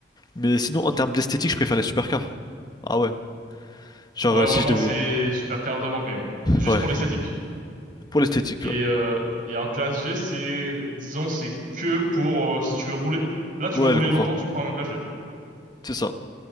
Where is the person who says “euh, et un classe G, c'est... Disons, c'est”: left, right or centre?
Right